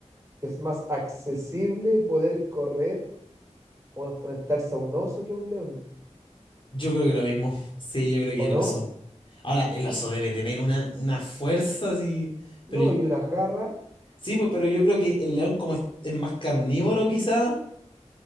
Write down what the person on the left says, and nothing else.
Yo creo que lo mismo. Sí, yo creo que
el
oso. Ahora, el oso debe tener una, una fuerza así.
Pero y-
sí, po- pero yo creo que el león, como es, es más carnívoro, quizá